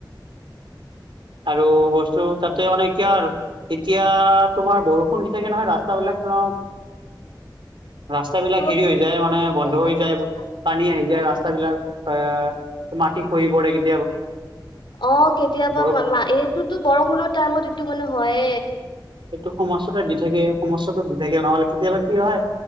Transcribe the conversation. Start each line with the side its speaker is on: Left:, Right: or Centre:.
Right: আৰু বস্তু তাতে মানে কিয় আৰু এতিয়া তোমাৰ বৰষুণ দি থাকে নহয় ৰাস্তা বিলাক <inaudible> ৰাস্তা বিলাক
Left: পুৰ
Right: হেৰি হৈ যায় মানে বন্ধ
Left: কেঁচা
Right: হৈ
Left: কেঁচা
Right: যায়
Left: কাজা
Right: পানী
Left: হয়
Right: আহি যায়
Left: হয়
Right: ৰাস্তা বিলাক এ মাটি খহি পৰে কিন্তু
Left: অ কেতিয়াবা
Right: বৰফ
Left: এইটোতো বৰষুণৰ টাইমত এইটো মানে হয়
Right: এইটো সমস্যাটো দি থাকে সমস্যাটো দি থাকে নহ'লে কেতিয়াবা কি হয়